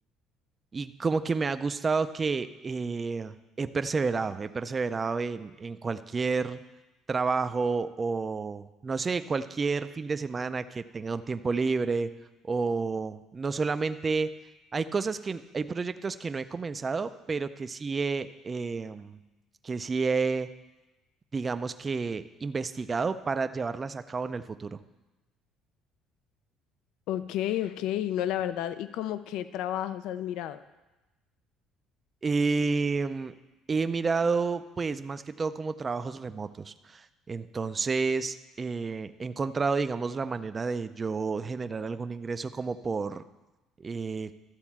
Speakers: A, on the right; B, on the left.
A: y como que me ha gustado que eh, he perseverado, he perseverado en, en cualquier trabajo o, no sé, cualquier fin de semana que tenga un tiempo libre o no solamente, hay cosas que, hay proyectos que no he comenzado, pero que sí he, eh, que sí he, digamos que investigado para llevarlas a cabo en el futuro.
B: Ok, ok, no, la verdad. ¿Y como qué trabajos has mirado?
A: Eh, he mirado, pues, más que todo como trabajos remotos. Entonces, eh, he encontrado, digamos, la manera de yo generar algún ingreso como por, eh,